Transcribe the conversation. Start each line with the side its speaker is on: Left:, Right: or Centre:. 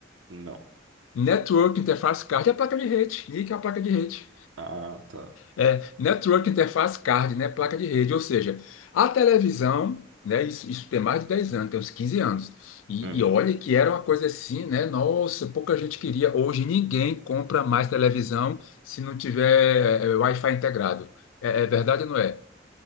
Right: Não.
Left: Network Interface Card é a placa de rede. NIC é a placa de rede.
Right: Ah, tá.
Left: É, Network Interface Card, né? Placa de rede, ou seja, a televisão, né? Isso, isso tem mais de 10 anos, tem uns 15 anos. E,
Right: Hum,
Left: e olha que era uma coisa assim, né? Nossa, pouca gente queria. Hoje ninguém compra mais televisão se não tiver é, é, Wi-Fi integrado. É, é verdade ou não é?